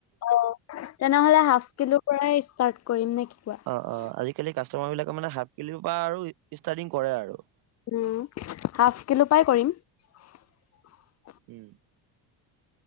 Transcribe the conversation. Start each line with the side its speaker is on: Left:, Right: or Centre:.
Left: অ তেনেহ'লে হাফ কিলো পৰাই ষ্টাৰ্ট কৰিম নে কি কোৱা ।
Right: অ অ আজিকালি কাষ্টমাৰ বিলাকে মানে হাফ কিলোৰ পৰা আৰু ষ্টাৰ্টিং কৰে আৰু ।
Left: উম হাফ কিলো পৰাই কৰিম ।
Right: উম ।